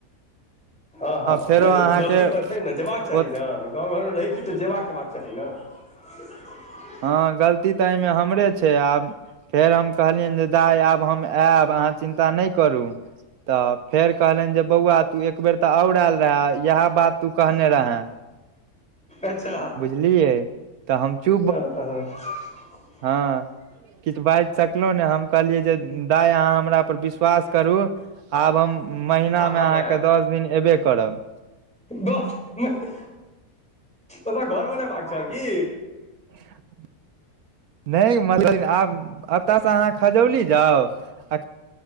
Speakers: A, in the centre; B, on the right (about 75°).
A: हँ हँ
B: फेरो
A: नहि तऽ
B: अहाँके
A: गलती तऽ छै नै जयबाक चाही
B: ओ
A: ने। गाँव घरमे रहै छी तऽ जेबाक एबाक चाही न <unintelligible>
B: हँ गलती तऽ एहिमे हमरे छै आब फेर हम कहलियनि जे दाइ आब हम ऐब, अहाँ चिन्ता नहि करू। तऽ फेर कहलनि जे बौआ तू एक बेेर तऽ आओर आयल रहै इएह बात तू कहने रहें।
A: अच्छा
B: बुझलियै त हम चूप
A: ह ह ह
B: हँ किछ बाजि सकलहु नै हम कहलियए जे दाय अहाँ हमरा पर विश्वास करू आब हम महीनामे
A: आब हम
B: अहाँके
A: आयब
B: दस दिन एबे करब।
A: दस दिन महिना ओतऽ घर बनेबाक छ की?
B: <inaudible> नहि <unintelligible> आब एतऽसँ अहाँ खजौली जाउ आ